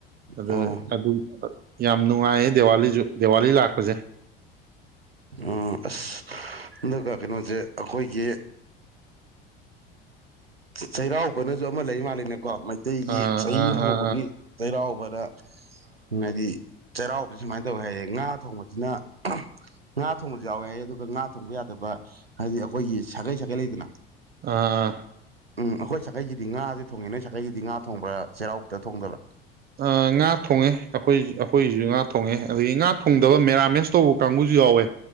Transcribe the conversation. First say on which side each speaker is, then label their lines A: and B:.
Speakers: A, on the right (about 30°); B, on the right (about 80°).
A: ꯑꯗ
B: ꯑꯣ
A: ꯑꯗꯨꯝꯕꯥ ꯌꯥꯝ ꯌꯥꯝ ꯅꯨꯡꯉꯥꯏꯌꯦ ꯗꯤꯋꯥꯂꯤꯁꯨ ꯗꯤꯋꯥꯂꯤ ꯂꯥꯛꯄꯁꯦ
B: ꯎꯝ ꯑꯁ ꯑꯗꯨꯒ ꯀꯩꯅꯣꯁꯦ ꯑꯩꯈꯣꯏꯒꯤ ꯆꯩꯔꯥꯎꯕꯅꯁꯨ ꯑꯃ ꯂꯩ ꯃꯥꯜꯂꯦꯅꯦ ꯀꯣ ꯃꯩꯇꯩꯒꯤ
A: ꯑꯥ
B: ꯆꯍꯤ
A: ꯑꯥ
B: ꯍꯧꯕꯒꯤ
A: ꯑꯥ ꯑꯥ ꯑꯥ
B: ꯆꯩꯔꯥꯎꯕꯗ ꯍꯥꯏꯗꯤ ꯆꯩꯔꯥꯎꯕꯁꯤ ꯁꯨꯃꯥꯏꯅ ꯇꯧꯋꯤ ꯍꯥꯏ ꯑꯦ ꯉꯥ ꯊꯣꯡꯕꯁꯤꯅ ꯉꯥ ꯊꯣꯡꯕꯁꯨ ꯌꯥꯎꯋꯦ ꯑꯗꯨꯒ ꯉꯥ ꯊꯣꯡꯕ ꯌꯥꯗꯕ ꯍꯥꯏꯗꯤ ꯑꯩꯈꯣꯏꯒꯤ ꯁꯥꯒꯩ ꯁꯥꯒꯩ ꯂꯩꯗꯅ
A: ꯑꯥ ꯑꯥ
B: ꯎꯝ ꯑꯩꯈꯣꯏ ꯁꯈꯩꯁꯤꯗꯤ ꯉꯥꯁꯦ ꯊꯣꯡꯉꯦ ꯅꯣꯏ ꯁꯈꯩꯁꯤꯗꯤ ꯉꯥ ꯊꯣꯡꯕ꯭ꯔꯥ ꯆꯩꯔꯥꯎꯕꯗ ꯊꯣꯡꯗꯕ꯭ꯔꯥ
A: ꯑꯥ ꯉꯥ ꯊꯣꯡꯉꯦ ꯑꯩꯈꯣꯏ ꯑꯩꯈꯣꯏꯒꯤꯁꯨ ꯉꯥ ꯊꯣꯡꯉꯦ ꯑꯗꯒꯤ ꯉꯥ ꯊꯣꯡꯗꯕ ꯃꯦꯔꯥꯃꯦꯁ ꯇꯧꯕ ꯀꯥꯡꯕꯨꯁꯨ ꯌꯥꯎꯋꯦ